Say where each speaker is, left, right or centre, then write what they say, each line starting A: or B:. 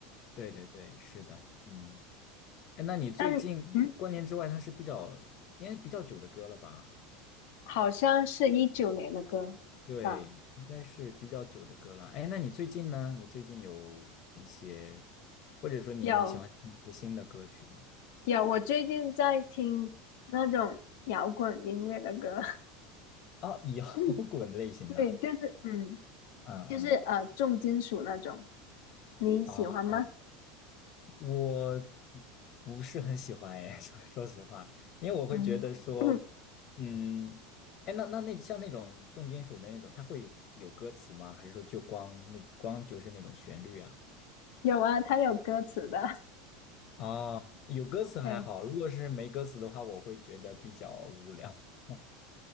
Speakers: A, on the left (about 30°); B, on the left (about 60°).
A: 对对对，是的，嗯，哎，那你最近因过年之外，
B: 但嗯，
A: 它是比较应该比较久的歌了吧？
B: 好像是一九年的歌吧？
A: 对，应该是比较久的歌了。哎，那你最近呢？你最近有一些，或者说你你喜欢听一些新的歌曲吗？
B: 有有，我最近在听那种摇滚音乐的歌。
A: 啊，摇滚类型的，
B: <laughs> 对，就是嗯，
A: 嗯嗯，
B: 就是呃，重金属那种，你喜欢吗？
A: 哦我不是很喜欢哎，<laughs> 说说实话，因为我会觉得说，
B: 嗯，<clears throat>
A: 嗯，哎，那那那像那种重金属的那种，它会有歌词吗？还是说就光那光就是那种旋律啊？
B: 有啊，它有歌词的，
A: 哦，有歌词还好，
B: <laughs> 对，
A: 如果是没歌词的话，我会觉得比较无聊。<laughs>